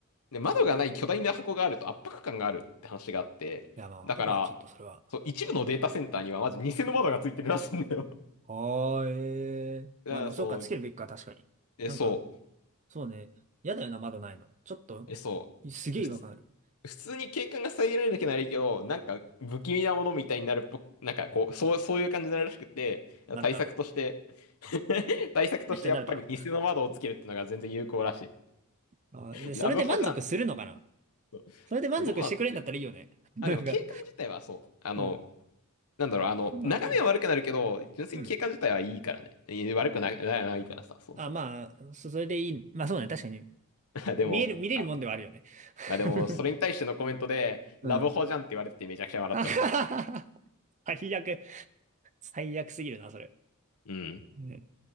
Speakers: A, on the left (about 80°); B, on the right (about 35°).
A: で、窓がない巨大な箱があると圧迫感があるって話があって、
B: いや、まあ、わかるわ、
A: だから、
B: ちょっとそれは。
A: そう、一部のデータセンターにはまず偽の窓がついてるらしいんだよ。<laughs>
B: ああ、ええまあでも、
A: だから、そう、
B: そうか、つけるべきか、確かに。
A: え、
B: なんか、
A: そう、
B: そうね。嫌だよな、窓ないの。ちょっと、
A: え、そう、
B: すげえ違和感ある。
A: 普通、普通に景観が遮られるだけならいいけど、なんか不気味なものみたいになるっぽく、なんかこう、そう、そういう感じになるらしくて、
B: なるだろ
A: 対策として <laughs> 対策としてやっぱり偽の窓をつけるってのが全然有効らしい。
B: う。めっちゃなるだろう。あー、で、
A: ラブホじゃん。
B: それで満足するのかな
A: そ
B: それで満足してくれんだったらいいよね。
A: うどうなんだろうね。
B: <laughs> なんか、
A: あ、でも景観自体はそう、あの、
B: うん。
A: なんだろう、あの、
B: まあ、
A: 眺めは悪くなるけど、
B: ある程度。
A: 純粋に景観自体はいいからね。
B: うん。
A: い悪くな、な、ないからさ、そうそうそ
B: あ、まあ、そそれでいい。まあそうね、確かに。
A: う。<laughs> でも、
B: 見える、見れるもんではあるよね。
A: あ、あでも、
B: <laughs>
A: それに対してのコメントで、
B: うん。
A: ラブホじゃんって言われててめちゃくちゃ笑っちゃった。
B: あはははは <laughs> 最悪。最悪すぎるな、それ。
A: うん。
B: うん